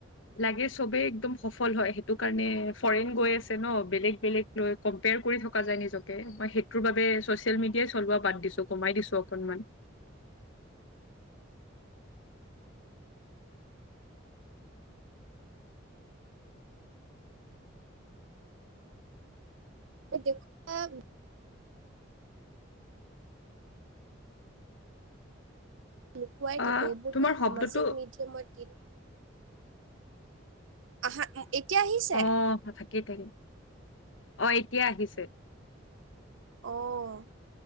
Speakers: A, on the left; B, on the right.
A: লাগে, চবেই একদম সফল হয়। সেইটো কাৰণে ফৰেইন গৈ আছে ন, বেলেগ বেলেগ লৈ কম্পেয়াৰ কৰি থকা যায় নিজকে। মই সেইটোৰ বাবে ছচিয়েল মিডিয়াই চলোৱা বাদ দিছোঁ, কমাই দিছো অকনমান।
B: <unintelligible> লুকুৱাই থাকে,
A: অ
B: এইবোৰতো
A: তোমাৰ
B: সামাজিক
A: শব্দটো
B: মাধ্যমৰ দিন। আহা, এতিয়া আহিছে।
A: অ <unintelligible> অ', এতিয়া আহিছে।
B: অ'